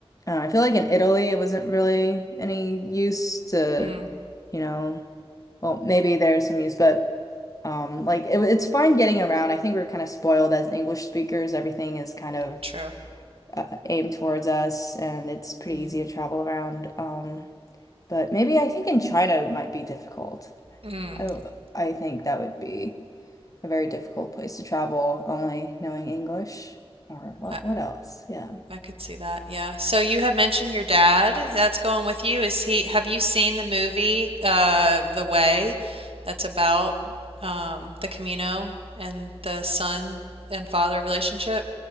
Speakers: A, on the left; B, on the right.
A: I don't know, I feel like in Italy it wasn't really any use to,
B: Mm,
A: you know, Well, maybe there's some use, but um, like it, it's fine getting around. I think we're kind of spoiled as English speakers. Everything is kind of
B: true.
A: uh, aimed towards us, and it's pretty
B: Yeah.
A: easy to travel around. Um, but maybe I think in China it might be difficult.
B: Mm,
A: I I think that would be a very difficult place to travel, only knowing English. Or what?
B: I,
A: What else? Yeah.
B: I could see that. Yeah. So you had mentioned your dad. That's going with you. Is he, have you seen the movie, uh, The Way? That's about, um, the Camino and the son and father relationship?